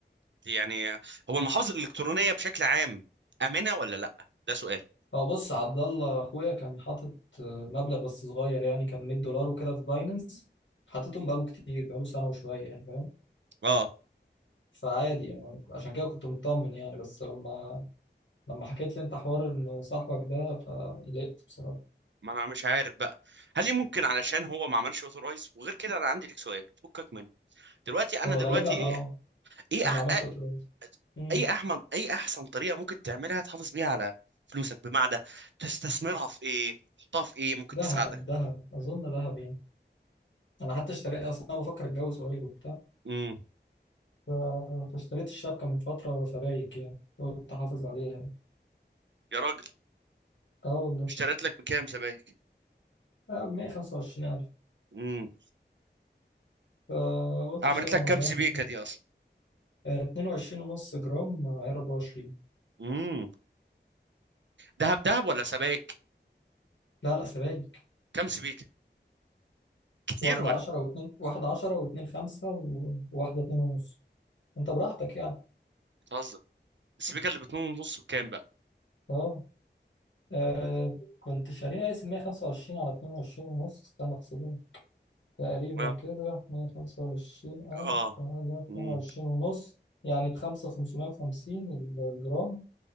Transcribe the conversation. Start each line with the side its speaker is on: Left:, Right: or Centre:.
Right: يعني هو المحافظ الالكترونيه بشكل عام امنه ولا لا ده سؤال
Left: هو بص عبد الله اخويا كان حاطط آه، مبلغ بس صغير يعني كان 100 دولار وكده في باينانس حطيتهم بقاله كتير بقاله سنة وشوية يعني فاهم
Right: اه
Left: فعادي يعني عشان كده كنت مطمن يعني بس لما لما حكيت لي انت حوار ان صاحبك ده فقلقت بصراحة
Right: ما انا مش عارف بقى هل ليه ممكن علشان هو ما عملش اوثورايز وغير كده انا عندي لك سؤال فكك منه دلوقتي انا
Left: هو
Right: دلوقتي
Left: غالبا
Right: ايه
Left: اه
Right: ايه
Left: عشان
Right: أح-
Left: ما عملش اوتوريت مم.
Right: اي احمد اي احسن طريقه ممكن تعملها تحافظ بيها على فلوسك بمعنى تستثمرها في ايه تحطها في ايه ممكن
Left: دهب
Right: تساعدك
Left: دهب اظن دهب يعني انا حتى اشتريت اصلا أنا بفكر اتجوز قريب وبتاع
Right: امم
Left: ف- فاشتريت الشبكه من فتره فبايك يعني قلت احافظ عليها
Right: يا راجل
Left: اه والله
Right: اشتريت لك بكام سبائك
Left: اه ب 125000
Right: امم
Left: فقلت
Right: عملت
Left: اشيلهم
Right: لك
Left: على
Right: كام
Left: جنب
Right: سبيكه
Left: كده
Right: دي اصلا
Left: آه، 22 ونص جرام آه، 24
Right: امم دهب دهب ولا سبائك
Left: لا لا سبايك
Right: كام سبيكه كتير
Left: واحدة
Right: ولا
Left: عشرة واتنين واحدة عشرة واتنين خمسة و- وواحدة اتنين ونص انت براحتك يعني
Right: بتهزر السبيكه اللي باتنين ونص بكام بقى
Left: اه آه، كنت شاريها اس 125 على 22 ونص استنى احسبها تقريبا
Right: اه
Left: كده مية خمسة وعشرين ألف
Right: اه
Left: على اتنين
Right: امم
Left: وعشرين ونص يعني بخمسة خمسمية وخمسين الجرام